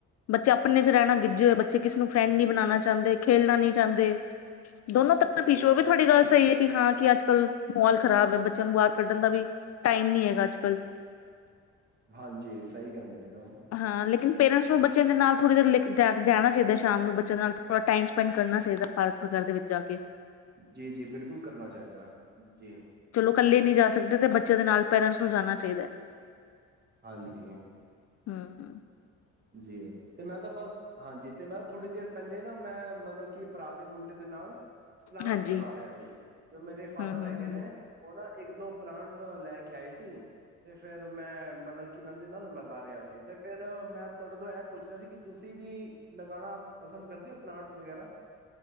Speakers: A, on the left; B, on the right.
A: ਬੱਚੇ ਆਪਣੇ ਚ ਰਹਿਣਾ ਗਿੱਜੇ ਹੋਏ ਬੱਚੇ ਕਿਸੇ ਨੂੰ ਫਰੈਂਡ ਨੀ ਬਣਾਉਣਾ ਚਾਹੁੰਦੇ, ਖੇਲਣਾ ਨਹੀਂ ਚਾਹੁੰਦੇ। ਦੋਨੋ ਤਰਫ
B: ਜੀ
A: ਇਸ਼ੂ ਵੇ, ਉਹ ਵੀ ਤੁਹਾਡੀ ਗੱਲ ਸਹੀ ਹੈ, ਕਿ ਹਾਂ ਕਿ ਅੱਜ ਕੱਲ੍ਹ ਮਾਹੌਲ ਖ਼ਰਾਬ ਹੈ, ਬੱਚਿਆਂ ਨੂੰ ਬਾਹਰ ਕੱਢਣ ਦਾ ਵੀ ਟਾਈਮ ਨੀ ਹੈਗਾ ਅੱਜ ਕੱਲ।
B: ਹਾਂਜੀ, ਸਹੀ ਕਹਿੰਦੇ। ਪਏ ਹੋ
A: ਹਾਂ ਲੇਕਿਨ ਪੇਰੈਂਟਸ ਨੂੰ ਬੱਚਿਆਂ ਦੇ ਨਾਲ ਥੋੜ੍ਹੀ ਦੇਰ ਦੇ ਦੇਹਿਣਾ ਚਾਹੀਦਾ ਸ਼ਾਮ ਨੂੰ ਬੱਚਿਆਂ ਨਾਲ, ਥੋੜ੍ਹਾ ਟਾਈਮ ਸਪੈਂਡ ਕਰਨਾ ਚਾਹੀਦਾ ਪਾਰਕ ਵਗੈਰਾ ਦੇ ਵਿੱਚ ਜਾ ਕੇ।
B: ਜੀ-ਜੀ, ਬਿਲਕੁਲ ਕਰਨਾ ਚਾਹੀਦਾ। ਜੀ।
A: ਇਕੱਲੇ ਨਹੀਂ ਜਾ ਸਕਦੇ, ਤੇ ਬੱਚਿਆਂ ਦੇ ਨਾਲ ਪੇਰੈਂਟਸ ਨੂੰ ਜਾਣਾ ਚਾਹੀਦਾ ਹੈ।
B: ਹਾਂਜੀ।
A: ਹਮ-ਹਮ।
B: ਜੀ, ਤੇ ਮੈਂ ਤਾਂ ਬਸ ਹਾਂਜੀ, ਤੇ ਮੈਂ ਥੋੜ੍ਹੀ ਦੇਰ ਪਹਿਲੇ ਨਾ, ਮੈਂ ਮਤਲਬ ਕਿ ਪਰਾ ਦੇ ਮੁੰਡੇ ਦੇ ਨਾਲ ਪਲਾਂਟਸ
A: ਹਾਂਜੀ
B: ਲਗਾ ਰਿਹਾ ਸੀ, ਜੋ ਮੇਰੇ ਫਾਦਰ
A: ਹੂੰ ਹੂੰ
B: ਹੈਗੇ
A: ਹੂੰ
B: ਨੇ, ਉਹ ਨਾ ਇੱਕ ਦੋ ਪਲਾਂਟਸ ਲੈ ਕੇ ਆਏ ਸੀ, ਤੇ ਫਿਰ ਮੈਂ ਮਤਲਬ ਕਿ ਨਾਲ ਦੇ ਨਾਲ ਲਗਾ ਰਿਹਾ ਸੀ, ਤੇ ਫਿਰ ਮੈਂ ਤੁਹਾਡੇ ਤੋਂ ਇਹ ਪੁੱਛਣਾ ਸੀ ਕਿ ਤੁਸੀਂ ਵੀ ਨਗਾਉਣਾ ਪਸੰਦ ਕਰਦੇ ਹੋ ਪਲਾਂਟਸ ਵਗੈਰਾ